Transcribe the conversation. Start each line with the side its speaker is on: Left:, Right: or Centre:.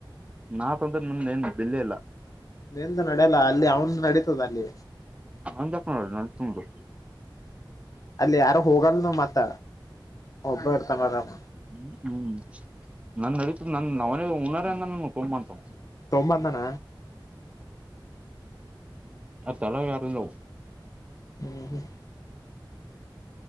Right: ನಾ ತಂದ್ರ ನಮ್ದ ಏನು ಬೆಲ್ಲಿ ಇಲ್ಲಾ
Left: ನೀಂತ ನಡೆಯಲ್ಲ ಅಲ್ಲಿ ಅವನ್ ನಡೀತದ ಅಲ್ಲಿ
Right: <unintelligible>
Left: ಅಲ್ಲಿ ಯಾರು ಹೋಗಲ್ಲ ನ ಮತ್ತ ಒಬ್ಬ ಇರ್ತಾನ ಆರಾಮ
Right: ಹ್ಮ ಹ್ಮ್ ನನ್ ನಡೀತು ನನ್ ನ ಅವನ ಉನರಂಗ ನ ತುಂಬಂಟು
Left: ತೊಂಬಂದಾನ
Right: ಅ ತಲ ಯಾರಲ್ಲ
Left: ಹ್ಮ್ ಹ್ಮ್